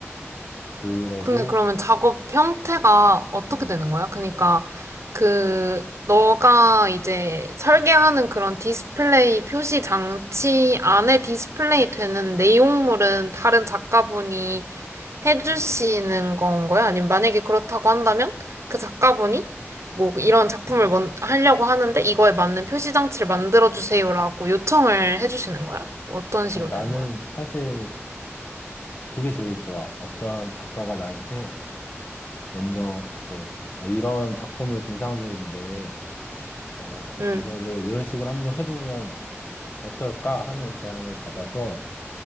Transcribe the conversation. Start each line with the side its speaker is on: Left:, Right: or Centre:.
Left: 그러고,
Right: 근데 그러면 작업 형태가 어떻게
Left: 응.
Right: 되는 거야? 그러니까 그 너가 이제 설계하는 그런 디스플레이 표시 장치 안에 디스플레이 되는 내용물은 다른 작가분이 해주시는 건 거야? 아니면 만약에 그렇다고 한다면 그 작가분이 뭐 이런 작품을 먼- 하려고 하는데 이거에 맞는 표시 장치를 만들어 주세요라고 요청을 해주시는 거야? 어떤 식으로
Left: 어, 나는
Right: 되는 거야?
Left: 사실 그게 제일 좋아. 어떤 작가가 나한테 먼저 이제 아, 이런 작품을 구상 중인데, 어,
Right: 응,
Left: 이거를 이런 식으로 한번 해보면 어떨까 하는 제안을 받아서